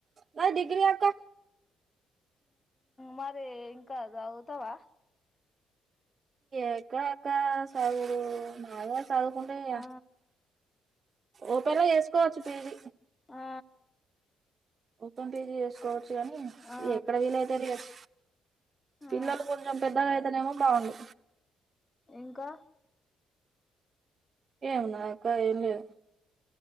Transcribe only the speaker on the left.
మరి ఇంకా సగుతావా
ఆ
ఆ
ఆ
ఆ
ఇంకా